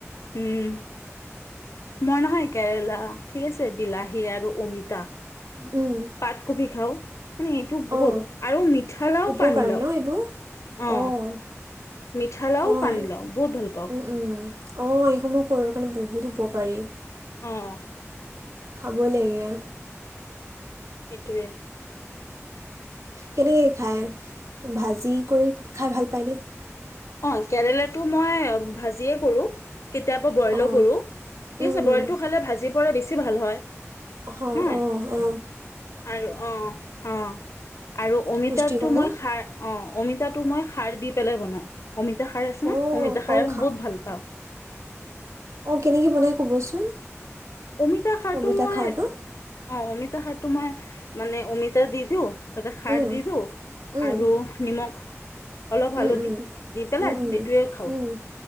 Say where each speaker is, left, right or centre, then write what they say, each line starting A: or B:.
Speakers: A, on the left; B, on the right.
A: উম, মই নহয় কেৰেলা ঠিক আছে বিলাহী আৰু অমিতা।
B: উম,
A: পাতকবি খাও মানে এইটো বহুত
B: অঁ
A: আৰু মিঠা লাও
B: উপকাৰী
A: পানীলাও,
B: ন এইবোৰ
A: অ
B: অঁ
A: মিঠা লাও
B: অঁ
A: পানী লাও বহুত ভাল পাওঁ,
B: উম অঁ এইসমূহ শৰীৰৰ কাৰণে বহুত উপকাৰী।
A: উম,
B: খাবই লাগে আৰু
A: এই টোৱে,
B: কেনেকে খায় ভাজি কৰি খাই ভাল পায়নে।
A: অঁ কেৰেলাটো মই ভাজিয়ে কৰোঁ। কেতিয়াবা বইলো
B: অঁ
A: কৰোঁ ঠিক
B: উম
A: আছে
B: উম
A: বইলটো খালে ভাজি পৰা বেছি ভাল হয়।
B: অ
A: নহয়
B: অ অ,
A: আৰু অ অ আৰু অ অমিতাটো
B: পুষ্টিসমূহ
A: মই সাৰ, অঁ অমিতাটো মই সাৰ দি পেলাই বনাওঁ। অমিতা খাৰ আছে
B: অঁ
A: অমিতা খাৰে
B: অঁ
A: বহুত ভাল পাওঁ,
B: অ কেনেকে বনাই কবচোন।
A: অমিতা সাৰটো
B: অমিতা
A: মই
B: খাৰটো
A: অ অমিতা সাৰটো মই মানে অমিতা দি দিওঁ। তাতে খাৰ
B: উম
A: দিলি তো,
B: উম
A: আৰু নিমখ অলপ হালধি
B: উম উম
A: দি পেলাই
B: উম উম
A: এইটোৱে খাওঁ,
B: উম